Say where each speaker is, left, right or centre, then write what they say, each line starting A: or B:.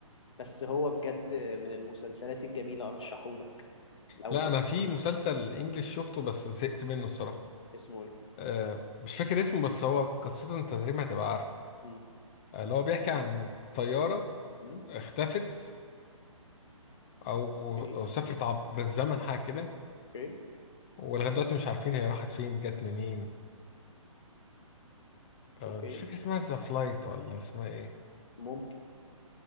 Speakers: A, on the left; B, on the left.
A: بس هو بجد من المسلسلات الجميلة أرشحهولك لو
B: لا
A: أنت
B: انا في مسلسل انجليش شفته بس زهقت منه الصراحه
A: اسمه إيه
B: آه، مش فاكر اسمه بس هو قصته انت تقريبا هتبقى عارفه
A: مم.
B: آه، اللي هو بيحكي عن طيارة
A: مم.
B: اختفت أو
A: أوكي
B: أو سافرت عبر الزمن حاجة كده
A: أوكي
B: ولغاية دلوقتي مش عارفين هي راحت فين جت منين آه،
A: أوكي
B: مش فاكر اسمها ذا فلايت ولا اسمها ايه
A: ممكن